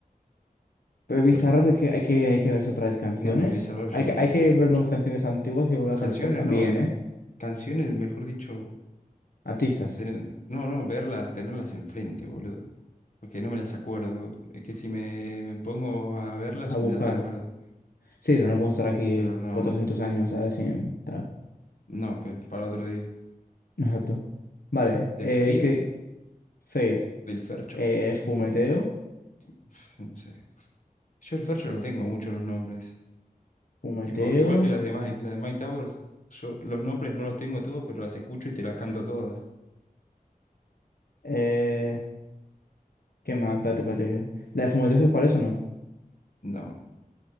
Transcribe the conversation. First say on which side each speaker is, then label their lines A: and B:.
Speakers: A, on the left; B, on the left.
A: Pero bizarro
B: Por ejemplo,
A: de que hay que, hay que verse otra vez canciones.
B: no, de Bizarrap yo
A: Hay
B: no
A: que,
B: me
A: hay
B: acuerdo
A: que vernos
B: mucho.
A: canciones antiguas y volver a
B: Canciones
A: hacer el top
B: no.
A: bien, ¿eh?
B: Canciones, mejor dicho,
A: Artistas,
B: tener, no, no, verlas, tenerlas enfrente, boludo. Porque no me las acuerdo. Es que si me, me pongo a verlas,
A: a buscar.
B: me las acuerdo.
A: Sí, pero no podemos estar aquí
B: Pero no,
A: 400
B: no.
A: años, ¿sabes? Sin tal.
B: No, pero para otro día.
A: Exacto. Vale,
B: De
A: eh,
B: Fade,
A: que Fade,
B: del Fercho.
A: eh, fumeteo,
B: <laughs> No sé. Yo el Fercho no tengo mucho los nombres.
A: fumeteo,
B: Tipo, igual que las de Mike. Las de Mike Towers, yo los nombres no los tengo todos, pero las escucho y te las canto todas.
A: eh, ¿qué más? Espérate, espérate, que- ¿La de fumeteo
B: Yo-
A: es cuál es o no?
B: no.